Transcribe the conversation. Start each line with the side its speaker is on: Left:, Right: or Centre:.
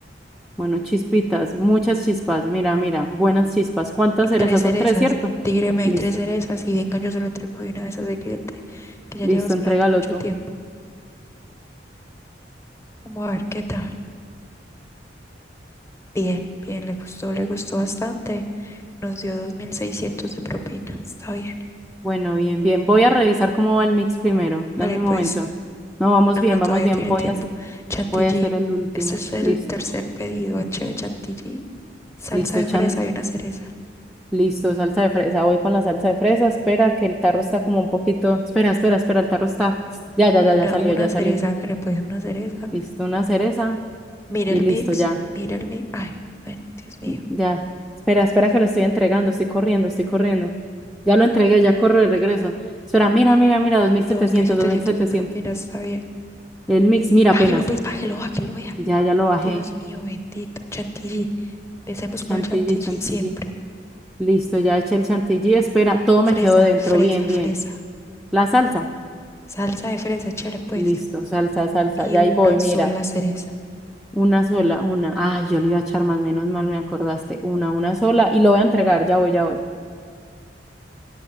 Centre: Bueno, chispitas, muchas chispas. Mira, mira, buenas chispas. ¿Cuántas cerezas?
Left: tres cerezas.
Centre: Son tres, ¿cierto?
Left: Tigre, me
Centre: Listo.
Left: hay tres cerezas y venga, yo se lo entrego de una vez a ese cliente que ya
Centre: Listo,
Left: lleva esperando
Centre: entrégalo
Left: mucho
Centre: tú.
Left: tiempo. Vamos a ver qué tal. Bien, bien, le gustó, le gustó bastante. Nos dio 2.600 de propina. Está bien.
Centre: Bueno, bien, bien. Voy a revisar cómo va el mix primero. Dame
Left: Vale,
Centre: un
Left: pues,
Centre: momento. No, vamos
Left: no,
Centre: bien,
Left: no,
Centre: vamos
Left: todavía
Centre: bien.
Left: tiene
Centre: Voy
Left: tiempo.
Centre: a hacer,
Left: Chantilly.
Centre: voy a hacer el último.
Left: Este es el
Centre: Listo,
Left: tercer pedido. Anchel chantilly, salsa
Centre: listo,
Left: de
Centre: chan.
Left: fresa y una cereza.
Centre: Listo, salsa de fresa. Voy con la salsa de fresa. Espera, que el tarro está como un poquito. Espera, espera, espera, el tarro está. Ya, ya,
Left: Una,
Centre: ya, ya salió,
Left: una
Centre: ya
Left: cereza,
Centre: salió.
Left: que le puedes una cereza.
Centre: Listo, una cereza
Left: Mira
Centre: y
Left: el
Centre: listo,
Left: mix,
Centre: ya.
Left: mira el mix. Ay, bueno, Dios mío.
Centre: Mm, Ya. Espera, espera, que lo estoy entregando. Estoy corriendo, estoy corriendo. Ya lo entregué, ya corro de regreso. Espera, mira, mira, mira, dos dos mil
Left: dos
Centre: setecientos
Left: mil setecientos
Centre: dos mil setecientos
Left: de propina, está bien.
Centre: El mix, mira
Left: Bájelo,
Centre: apenas.
Left: pues, bájelo, bájelo, vea.
Centre: Ya, ya lo bajé.
Left: Dios mío, bendito. Chantilly. Empecemos
Centre: Chantilly,
Left: con el chantilly
Centre: chantilly.
Left: siempre.
Centre: Listo, ya eché el chantilly. Espera, todo me
Left: Fresa,
Centre: quedó dentro.
Left: fresa,
Centre: Bien, bien.
Left: fresa.
Centre: La salsa.
Left: Salsa de fresa, échale pues.
Centre: Listo, salsa, salsa.
Left: Y
Centre: Ya
Left: una
Centre: ahí voy, mira.
Left: sola cereza.
Centre: Una sola, una. Ay, yo le iba a echar más, menos mal me acordaste. Una, una sola. Y lo voy a entregar, ya voy, ya voy.